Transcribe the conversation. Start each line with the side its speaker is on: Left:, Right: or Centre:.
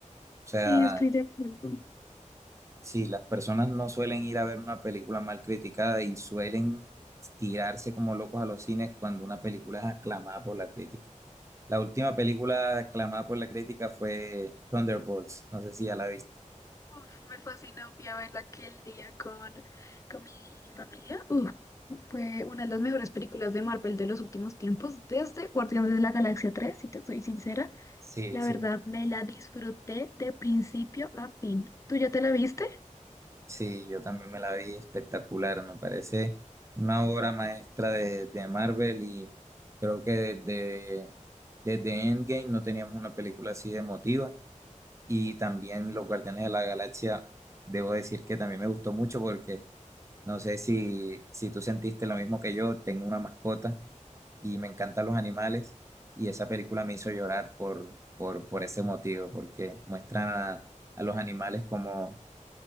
Right: O sea,
Left: Sí, estoy de acuerdo.
Right: sí, las personas no suelen ir a ver una película mal criticada y suelen tirarse como locos a los cines cuando una película es aclamada por la crítica. La última película aclamada por la crítica fue Thunderbolts. No sé si ya la viste.
Left: Uf, me fascinó, fui a verla aquel día con, con mi familia. Uf, fue una de las mejores películas de Marvel de los últimos tiempos, desde Guardianes de la Galaxia 3 si te soy sincera.
Right: Sí,
Left: La
Right: sí,
Left: verdad, me la disfruté de principio a fin. ¿Tú ya te la viste?
Right: sí, yo también me la vi espectacular. Me parece una obra maestra de, de Marvel y creo que desde, desde Endgame no teníamos una película así de emotiva. Y también Los Guardianes de la Galaxia, debo decir que también me gustó mucho porque no sé si, si tú sentiste lo mismo que yo, tengo una mascota y me encantan los animales y esa película me hizo llorar por, por, por ese motivo, porque muestran a, a los animales como,